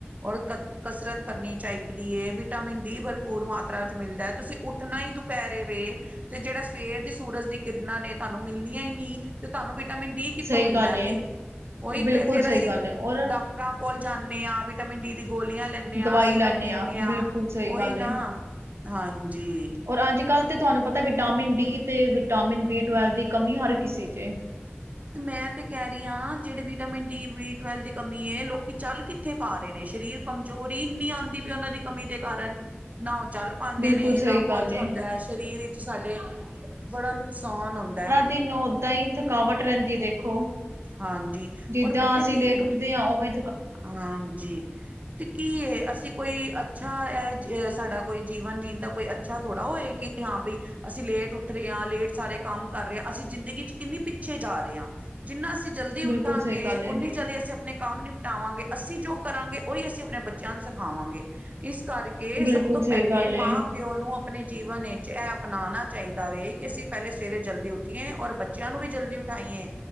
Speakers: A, on the right; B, on the right.
A: ਔਰ ਕ ਕਸਰਤ ਕਰਨੀ ਚਾਹੀਦੀ ਹੈ ਵਿਟਾਮਿਨ ਡੀ ਭਰਪੂਰ ਮਾਤਰਾ ਚ ਮਿਲਦਾ ਤੁਸੀਂ ਉੱਠਣਾ ਹੀ ਦੁਪਹਿਰੇ ਵੇ ਤੇ ਜਿਹੜਾ ਸਵੇਰ ਦੀ ਸੂਰਜ ਦੀ ਕਿਰਨਾਂ ਨੇ ਤੁਹਾਨੂੰ ਮਿਲਣੀਆਂ ਹੀ ਨਹੀਂ ਤੇ ਤੁਹਾਨੂੰ ਵਿਟਾਮਿਨ ਡੀ ਕਿੱਥੋਂ
B: ਸਹੀ
A: ਮਿਲਣਾ
B: ਗੱਲ ਏ
A: ਫਿਰ। ਉਹੀ
B: ਬਿਲਕੁਲ
A: ਤੇ ਫੇਰ
B: ਸਹੀ
A: ਅਸੀਂ
B: ਗੱਲ ਏ ਔਰ
A: ਡਾਕਟਰਾਂ ਕੋਲ ਜਾਣੇ ਹਾਂ ਵਿਟਾਮਿਨ ਡੀ ਦੀ ਗੋਲੀਆਂ ਲੈਣੇ
B: ਦਵਾਈ
A: ਹਾਂ ਸਿਰਪ
B: ਲੈਂਦੇ
A: ਪੀਣੇ ਆ
B: ਬਿਲਕੁਲ ਸਹੀ
A: ਉਹੀ
B: ਗੱਲ
A: ਨਾ
B: ਏ
A: ਹਾਂਜੀ।
B: ਔਰ ਅੱਜ ਕੱਲ੍ਹ ਤੇ ਤੁਹਾਨੂੰ ਪਤਾ ਵਿਟਾਮਿਨ ਡੀ ਤੇ ਵਿਟਾਮਿਨ ਬੀ ਟਵੈਲ ਦੀ ਕਮੀ ਹਰ ਕਿਸੇ ਚ ਏ।
A: ਮੈਂ ਤੇ ਕਹਿ ਰਹੀ ਹਾਂ ਜਿਹੜੇ ਵਿਟਾਮਿਨ ਡੀ ਵੀ ਟਵੈਲ ਦੀ ਕਮੀ ਹੈ ਲੋਕੀ ਚੱਲ ਕਿਥੇ ਪਾ ਰਹੇ ਨੇ ਸਰੀਰ ਕਮਜ਼ੋਰ ਹੀ ਇੰਨੀ ਆਉਂਦੀ ਪਈ ਉਹਨਾਂ ਦੀ ਕਮੀ ਦੇ ਕਾਰਨ। ਨਾ ਉਹ ਚੱਲ ਪਾਦੇ
B: ਬਿਲਕੁਲ
A: ਨੇ
B: ਸਹੀ
A: ਨਾ ਕੁਛ
B: ਗੱਲ ਏ
A: ਹੁੰਦਾ ਹੈ ਸਰੀਰ ਵਿੱਚ ਸਾਡੇ ਬੜਾ ਨੁਕਸਾਨ ਹੁੰਦਾ ਹੈ।
B: ਤਨੂੰ ਓਦਾਂ ਹੀ ਥਕਾਵਟ ਰਹਿੰਦੀ ਹੈ ਦੇਖੋ
A: ਹਾਂਜੀ
B: ਜਿੱਦਾਂ
A: ਔਰ ਪਤਾ
B: ਅਸੀਂ
A: ਕੀ
B: ਲੇਟ
A: ਹੈ।
B: ਉੱਠਦੇ ਆ ਉਹਵੇ
A: ਹਾਂਜੀ। ਤੇ ਕੀ ਹੈ ਅਸੀਂ ਕੋਈ ਅੱਛਾ ਹੈ ਸਾਡਾ ਕੋਈ ਜੀਵਨ ਜੀਣ ਦਾ ਕੋਈ ਅੱਛਾ ਥੋੜ੍ਹਾ ਹੋਏ ਕਿ। ਹਾਂ ਬਈ ਅਸੀਂ ਲੇਟ ਉੱਠ ਰਹੇ ਹਾਂ ਲੇਟ ਸਾਰੇ ਕੰਮ ਕਰ ਰਹੇ ਹਾਂ, ਅਸੀਂ ਜ਼ਿੰਦਗੀ ਚ ਕਿੰਨੀ ਪਿੱਛੇ ਜਾ ਰਹੇ ਹਾਂ, ਜਿੰਨਾ ਅਸੀਂ ਜਲਦੀ ਉੱਠਾਂਗੇ,
B: ਬਿਲਕੁਲ ਸਹੀ ਗੱਲ ਏ
A: ਉਂਨੀ ਜਲਦੀ ਅਸੀਂ ਆਪਣੇ ਕੰਮ ਨਿ- ਟਾਵਾਂਗੇ, ਅਸੀਂ ਜੋ ਕਰਾਂਗੇ, ਉਹੀ ਅਸੀਂ ਆਪਣੇ ਬੱਚਿਆਂ ਨੂੰ ਸਿਖਾਵਾਂਗੇ, ਇਸ ਕਰਕੇ ਕੇ,
B: ਬਿਲਕੁਲ
A: ਸਭ ਤੋਂ
B: ਸਹੀ
A: ਪਹਿਲੇ
B: ਗੱਲ ਏ,
A: ਮਾਂ ਪਿਓ ਨੂੰ, ਆਪਣੇ ਜੀਵਨ ਵਿੱਚ ਇਹ ਅਪਨਾਣਾ ਚਾਹੀਦਾ ਵੇ ਕਿ, ਅਸੀਂ ਪਹਿਲੇ ਸਵੇਰੇ ਜਲਦੀ ਉਠ ਉੱਠੀਏ, ਔਰ ਬੱਚਿਆਂ ਨੂੰ ਵੀ ਜਲਦੀ ਉਠਾਈਏ।